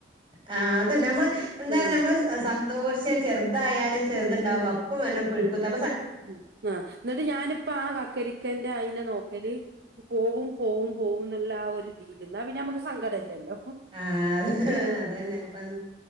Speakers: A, on the right; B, on the right.
A: ആ അത് നമ്മള് എന്താണെ
B: ആഹ്
A: നമ്മളെ സന്തോഷേച്ചെറങ്ങും ന്നാലും ചേർതുണ്ടാവും അപ്പം എന്നോ പുഴുക്കുത്തെ
B: ഉ ആഎന്നിട്ട് ഞാനിപ്പ ആ കക്കരിക്കന്റെ അയിനെ നോക്കല് പോവും പോ പോവും പോവുന്നൊള്ള ആ ഒരു തീൽ എന്നാ പിന്നെ നമുക്ക് സങ്കടം ഇല്ലല്ലോ
A: ആ അ അതന്നെ ഇപ്പം